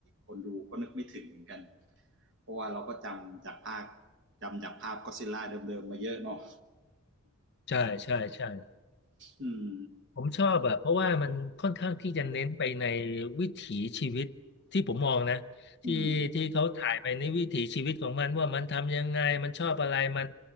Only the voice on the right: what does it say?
คนดูก็นึกไม่ถึงเหมือนกันเพราะว่าเราก็จำจากภาคจำจากภาพก็อดซิลล่าเดิมๆ มาเยอะเนาะ
อืม
อืม